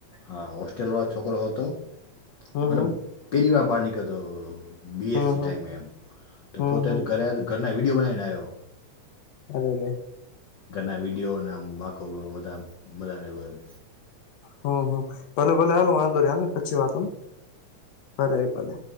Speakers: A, on the left; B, on the left.
A: હા હો ટલ ના છોકરો હતો
B: હમ
A: મતલબ
B: હમ
A: પહેરીલી વાર બહાર નીકળતો હતો બી
B: હમ
A: એસ સી
B: હમ
A: ટાઈમે વયમ તો
B: હમ
A: પોતે
B: હમ
A: ઘરે ઘરના વિડીયો બનાવીવને આવ્યો
B: આ બોલે.
A: ઘરના વિડીયોને આમ આખો બધા બધાને મલા ને એમ.
B: હા હા ભલે ભોલે હાલો વાંધો નહીં હૈ ને પછી વાતોને ભલે એ ભલે.